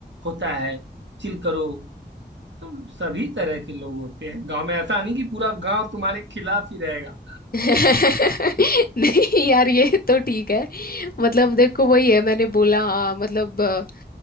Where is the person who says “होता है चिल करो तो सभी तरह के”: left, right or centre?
Right